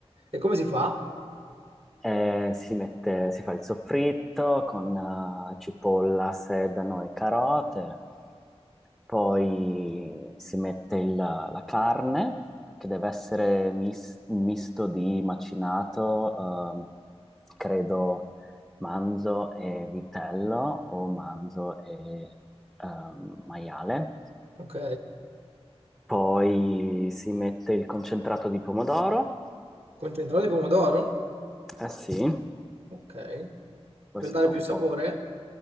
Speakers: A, on the right (about 70°); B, in the centre.
A: E come si fa?
B: Eh, eh, si mette, si fa il soffritto con eh, cipolla, sedano e carote. Poi si mette il- la carne, che deve essere mis- un misto di macinato, ehm, credo, manzo e vitello o manzo e ehm, maiale.
A: Ok.
B: Poi si mette il concentrato di pomodoro.
A: Concentrato di pomodoro?
B: Eh sì,
A: Ok.
B: poi
A: Per
B: si
A: dare
B: fa un
A: più sapore?
B: po'.